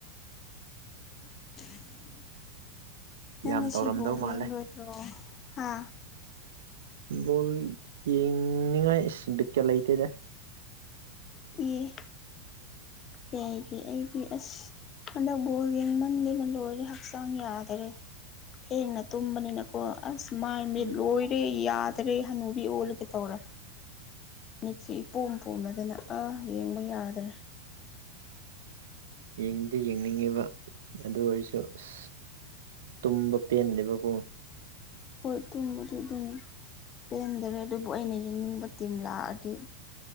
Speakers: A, on the left; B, on the right.
A: <unintelligible> ꯅꯪ
B: ꯌꯥꯝ
A: ꯉꯁꯤ
B: ꯇꯧꯔꯝꯗꯧ
A: ꯕꯣꯜ
B: ꯃꯥꯜꯂꯦ
A: ꯌꯦꯡꯂꯣꯏꯗ꯭ꯔꯣ ꯍꯥ
B: ꯕꯣꯜ ꯌꯦꯡꯅꯤꯉꯥꯏ ꯏꯁ ꯕꯤꯠꯀ ꯂꯩꯇꯦꯗ
A: ꯢ ꯀꯩꯒꯤ ꯑꯩꯗꯤ ꯑꯁ ꯍꯟꯗꯛ ꯕꯣꯜ ꯌꯦꯡꯃꯟꯗꯅ ꯂꯣꯏꯔꯦ ꯍꯛꯆꯥꯡ ꯌꯥꯗꯔꯦ ꯊꯦꯡꯅ ꯇꯨꯝꯕꯅꯤꯅꯀꯣ ꯑꯁ ꯃꯥꯏ ꯃꯤꯠ
B: ꯎꯝ
A: ꯂꯣꯏꯔꯦ ꯌꯥꯗ꯭ꯔꯦ ꯍꯅꯨꯕꯤ ꯑꯣꯜꯂꯒꯦ ꯇꯧꯔꯦ ꯃꯤꯠꯁꯤ ꯏꯄꯣꯝ ꯄꯣꯝꯂꯗꯅ ꯑꯥ ꯌꯦꯡꯕ ꯌꯥꯗ꯭ꯔꯦ
B: ꯌꯦꯛꯗꯤ ꯌꯦꯡꯅꯤꯡꯉꯦꯕ ꯑꯗꯨ ꯑꯣꯏꯔꯁꯨ ꯑꯁ ꯇꯨꯝꯕ ꯄꯦꯟꯗꯦꯕ ꯀꯣ
A: ꯍꯣꯏ ꯇꯨꯝꯕꯗꯤ ꯑꯗꯨꯝ ꯄꯦꯟꯗꯔꯦ ꯑꯗꯨꯕꯨ ꯑꯩꯅ ꯌꯦꯡꯅꯤꯡꯕ ꯇꯤꯝ ꯂꯥꯛꯑꯗꯤ